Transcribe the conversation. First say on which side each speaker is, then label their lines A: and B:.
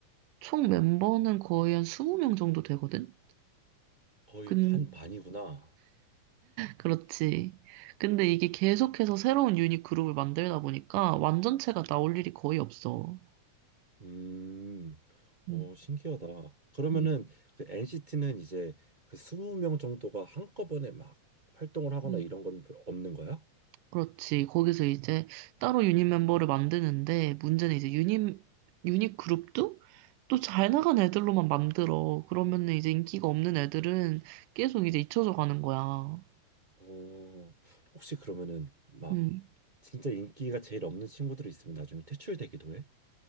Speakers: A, on the right; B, on the right.
A: 총 멤버는 거의 한 20명 정도 되거든?
B: 거의
A: 근,
B: 한 반이구나.
A: 그렇지. 근데 이게 계속해서 새로운 유닛 그룹을 만들다 보니까 완전체가 나올
B: 음.
A: 일이 거의 없어.
B: 음. 어,
A: 음,
B: 신기하다. 그러면은
A: 음,
B: 그 NCT는 이제 그 20명 정도가 한꺼번에 막 활동을 하거나
A: 음.
B: 이런 건 별- 없는 거야?
A: 그렇지. 거기서 이제 따로 유닛 멤버를 만드는데 문제는 이제 유닛, 유닛 그룹도 또 잘 나간 애들로만 만들어. 그러면은 이제 인기가 없는 애들은 계속 이제 잊혀져 가는 거야.
B: 어, 혹시 그러면은 막
A: 음,
B: 진짜 인기가 제일 없는 친구들이 있으면 나중에 퇴출되기도 해?